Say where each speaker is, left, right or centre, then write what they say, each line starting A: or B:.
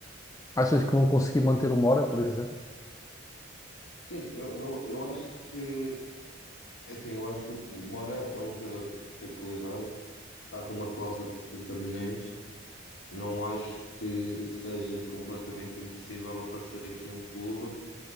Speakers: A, on the left (about 15°); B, on the left (about 70°).
A: achas que vão conseguir manter uma hora, por exemplo?
B: Sim, eu, eu, eu acho que É assim, eu acho que o o Mora é um jogador que tem qualidade, está com uma cláusula de 70 milhões. Não acho que seja completamente impossível aparecer aqui um clube